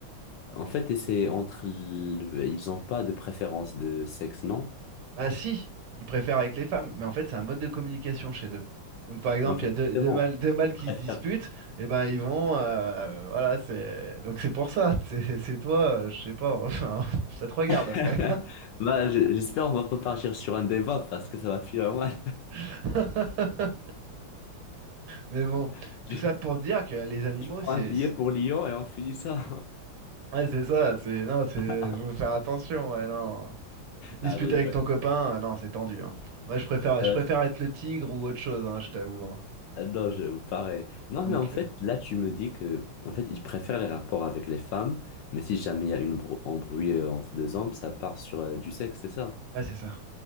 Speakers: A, on the left (about 70°); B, on the right (about 80°).
A: En fait, c'est entre. le- Ils ont pas de préférence de sexe, non?
B: Ah si, ils préfèrent avec les femmes. Mais en fait, c'est un mode de communication chez eux. Donc par exemple,
A: Mais en fait,
B: il y a deux,
A: justement,
B: deux mâles, deux mâles
A: ils préfèrent.
B: qui se disputent, et ben ils vont, euh, voilà, c'est donc c'est pour ça. C'est c'est toi, euh, je sais pas. <laughs> Enfin, ça te regarde
A: <laughs>
B: après.
A: Bah, je- j'espère on va pas partir sur un débat parce que ça va finir mal.
B: <laughs> Mais bon,
A: <laughs>
B: tout
A: Je,
B: ça pour dire que les animaux,
A: je prends
B: c'est
A: un billet pour Lyon et on finit ça.
B: Ouais, c'est ça, c'est non, c'est
A: <laughs>
B: faut faire attention, ouais, non. Tu te
A: Non,
B: disputes
A: je rigole.
B: avec ton copain, euh, non, c'est tendu, hein. Moi, je préfère
A: Voilà,
B: je préfère
A: c'est-
B: être le tigre ou autre chose, hein, je t'avoue, hein.
A: ah Non, je, pareil. Non,
B: Donc
A: mais en fait,
B: euh,
A: là, tu me dis que, en fait, ils préfèrent les rapports avec les femmes, mais si jamais il y a une brou- embrouille euh, entre deux hommes, ça part sur euh, du sexe, c'est ça?
B: ouais, c'est ça.